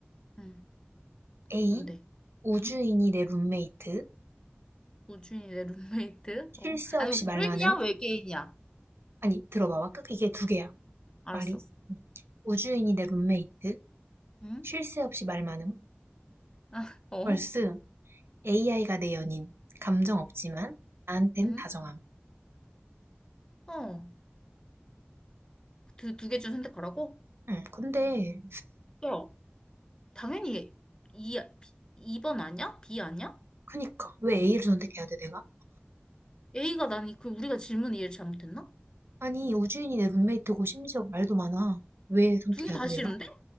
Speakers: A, on the left; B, on the right.
A: 응.
B: A.
A: 뭔데?
B: 우주인이
A: 응?
B: 내 룸메이트.
A: 우주인이 내 룸메이트?
B: 쉴
A: 어?
B: 새 없이
A: 아니, 우- 주인이야
B: 말만음.
A: 외계인이야?
B: 아니, 들어봐봐. 끝, 이게 두 개야.
A: 알았어.
B: 말이. 음. 우주인이 내 룸메이트.
A: 응?
B: 쉴 새 없이 말만음.
A: 아, 어?
B: 벌스. AI가 내 연인. 감정 없지만, 나한텐
A: 응?
B: 다정함.
A: 어. 두, 두 개 중 선택하라고?
B: 음, 근데,
A: 야 당연히 이, B, 2번 아니야? B 아니야?
B: 그니까. 왜 A를 선택해야 돼, 내가?
A: A가 나니, 그, 우리가 질문 이해를 잘못했나?
B: 아니, 우주인이 내 룸메이트고 심지어 말도 많아. 왜 선택해야
A: 두 개 다
B: 돼,
A: 싫은데?
B: 내가?